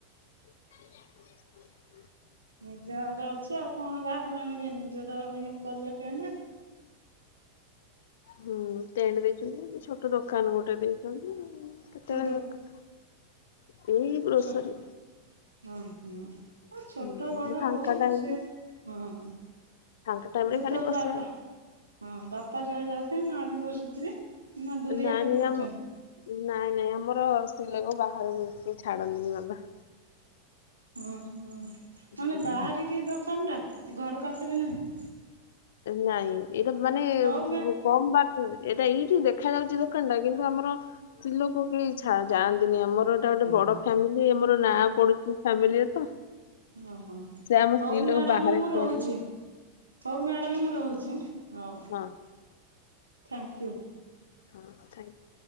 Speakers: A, on the left; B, on the right.
A: <unintelligible>
B: ନିଜ ଘର ଅଛୁ ଆଉ କଣ ବାହାରୁ ଆଣିବେ ନିଜର ଇଁ କଲେ ଟେଣ୍ଡ
A: ହୁଁ ଟେଣ୍ଡ ଦେଇଛନ୍ତି ଏମିତି ଛୋଟ ଦୋକାନ ଗୋଟେ ଦେଇଛନ୍ତି-ଇ। କେତେବେଳେ-ଏକ
B: କି
A: ଏଇ ଗ୍ରୋସରୀ
B: ଛ ହୁଁ ହୁଁ। ଅ ଛୋଟ
A: ହୁଁ
B: ବଡ
A: ଫାଙ୍କା
B: ହଉ
A: ଟାଇମ
B: ସିଏ ହଁ
A: ଫାଙ୍କା ଟାଇମ ରେ
B: ଯେତେବେଳେ
A: ଖାଲି ବସିବା
B: ବାପା ହଁ ବାପା ଯୁଆଡେ ଯାଉଥିବେ ମାଆ ବି ବସୁଥିବେ। ନା ଦୁରିଆ
A: ନାଇଁ
B: କୋଉଠି
A: ନାଇଁ
B: ଦେଇଛନ୍ତି
A: ଆମ ନାଇଁ ନାଇଁ ଆମର ସ୍ତ୍ରୀଲୋକ ବାହାରକୁ ଛାଡନ୍ତିନି ବାବା
B: ଅଁହୋ
A: ହୁଁ।
B: ମାନେ ବାହାରିକି ଦୋକାନ ଟା ଘର ପାଖରେ ନୁହେଁ।
A: ନାଇଁ ଏଇଟା ମାନେ
B: ହଉ ମ୍ୟା
A: କମ୍ ବାଟୁ ଏଇଟା ଏଇଠୁ ଦେଖ ଦେଖା ଯାଉଛି ଦୋକାନ ଟା କିନ୍ତୁ ଆମର ସ୍ତ୍ରୀ ଲୋକ କେହି ଛାଁ ଯାଆନ୍ତିନି ଆମର ଏଟା ଗୋଟେ
B: ହଁ
A: ବଡ
B: ହଁ
A: ଫ୍ୟାମିଲି ଆମର ନାଁ ପଡୁଛି ଫ୍ୟାମିଲିରେ ତ
B: ଓହୋ
A: ସେ ଆମ
B: ହଉ
A: ସ୍ତ୍ରୀ ଲୋକ
B: ମ୍ୟାଡାମ
A: ବାହାରେ
B: ମୁଁ
A: ଠିଆ
B: ରହୁଛି।
A: ହେଲେ
B: ହଉ ମ୍ୟାଡ଼ାମ ରହୁଛି ହଉ ଥ୍ୟାଙ୍କୟୁ।
A: ହଁ ହଁ ଥ୍ୟାଙ୍କ।